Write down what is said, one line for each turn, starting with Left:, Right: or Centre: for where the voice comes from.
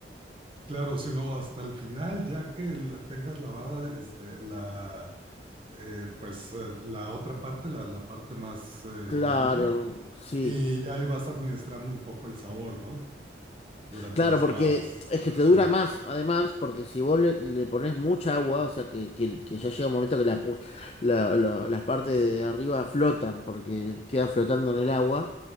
Right: Claro, si no, hasta el final, ya que la tengas lavada, este, la, eh, pues eh, la otra parte, la, la parte más eh,
Left: Claro,
Right: hundida
Left: sí.
Right: Y ya ahí vas administrando un poco el sabor, ¿no? Durante
Left: Claro,
Right: las
Left: porque
Right: cebadas.
Left: es que
Right: Ajá.
Left: te dura más, además, porque si vos le, le pones mucha agua, o sea, que, que- que ya llega un momento que la, pu- la- la- las partes de arriba flotan, porque queda flotando en el agua,